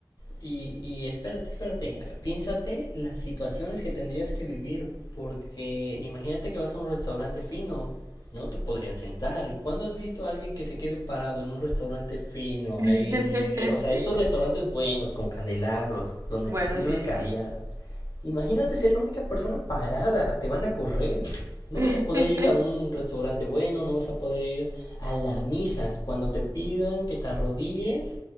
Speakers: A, on the left; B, on the right.
A: Y, y espérate, espérate, piénsate las situaciones que tendrías que vivir, porque imagínate que vas a un restaurante fino, no te podrías sentar. ¿Y cuándo has visto a alguien que se quede parado en un restaurante fino?
B: <laughs>
A: Ahí, o sea, esos restaurantes buenos, con candelabros, donde
B: Bueno,
A: te sirven
B: sí,
A: caviar.
B: sí.
A: Imagínate ser la única persona parada, te van a correr. No
B: <laughs>
A: vas a poder ir a un restaurante bueno, no vas a poder ir a la misa. Cuando te pidan que te arrodilles,